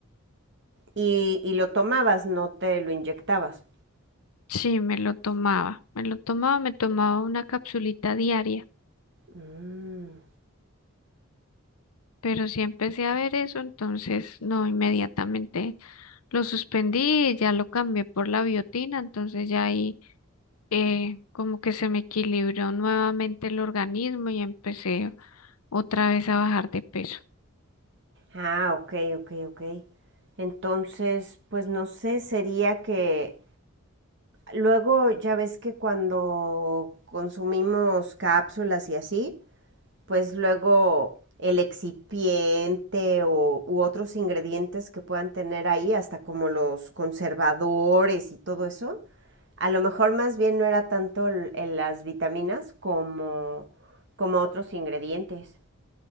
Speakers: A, on the right; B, on the left.
A: Y, y lo tomabas, no te lo inyectabas.
B: Sí, me lo tomaba, me lo tomaba, me tomaba una capsulita diaria,
A: Mm.
B: pero sí empecé a ver eso, entonces no, inmediatamente lo suspendí y ya lo cambié por la biotina, entonces ya ahí eh, como que se me equilibró nuevamente el organismo y empecé otra vez a bajar de peso.
A: Ah, ok, ok, ok. Entonces, pues no sé, sería que luego ya ves que cuando consumimos cápsulas y así, pues luego el excipiente o, u otros ingredientes que puedan tener ahí, hasta como los conservadores y todo eso, a lo mejor más bien no era tanto en las vitaminas como, como otros ingredientes.